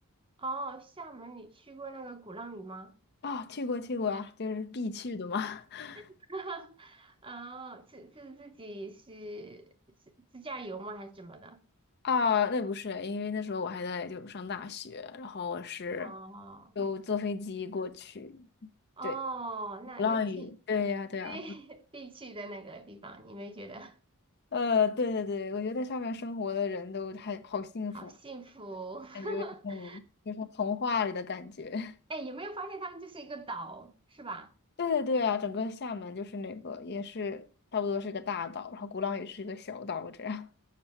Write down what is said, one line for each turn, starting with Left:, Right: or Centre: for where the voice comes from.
Right: 哦，厦门你去过那个鼓浪屿吗？
Left: 啊、去过去过啊，就是必去的嘛。<laughs>
Right: <laughs> 哦，是是自己是是自驾游吗？还是怎么的？
Left: 啊，那不是，因为那时候我还在就上大学，然后我是
Right: 哦
Left: 就坐飞机过去。
Right: 哦，
Left: 对，
Right: 那那挺
Left: 鼓浪屿，对呀、对呀、
Right: 对 <laughs> 必去的那个地方，你没觉得
Left: 呃，对对对，我觉得在上面生活的人都还好幸福，
Right: 好幸福？<laughs>
Left: 感觉嗯，就是童话里的感觉。
Right: 哎，有没有发现他们就是一个岛，是吧？
Left: 对对对啊，整个厦门就是那个也是差不多是个大岛，然后鼓浪屿是一个小岛这样。